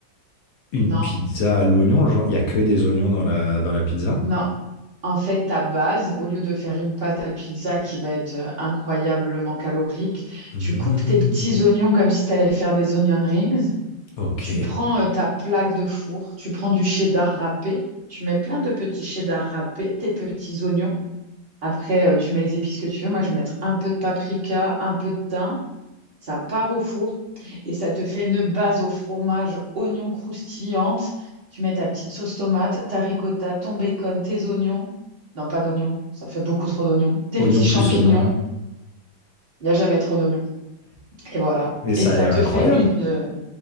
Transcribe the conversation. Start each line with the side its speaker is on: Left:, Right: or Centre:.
Left: Une
Right: Non,
Left: pizza à l'oignon, genre, il n'y a que des oignons dans la, dans la pizza?
Right: non. En fait, ta base, au lieu de faire une pâte à pizza qui va être euh, incroyablement calorique,
Left: Hmm,
Right: tu coupes tes petits oignons comme si tu allais faire des onion rings.
Left: ok.
Right: Tu prends euh, ta plaque de four, tu prends du cheddar râpé, tu mets plein de petits cheddar râpés, tes petits oignons. Après, euh, tu mets les épices que tu veux. Moi, je vais mettre un peu de paprika, un peu de thym. Ça part au four et ça te fait une base au fromage, oignons croustillante. Tu mets ta petite sauce tomate, ta ricotta, ton bacon, tes oignons. Non, pas d'oignons, ça fait beaucoup trop d'oignons. Tes
Left: Oignon
Right: petits champignons,
Left: plus oignon, ouais.
Right: il n'y a jamais trop d'oignons. Et voilà.
Left: Mais ça
Right: Et ça
Left: a l'air
Right: te
Left: incroyable.
Right: fait une, euh,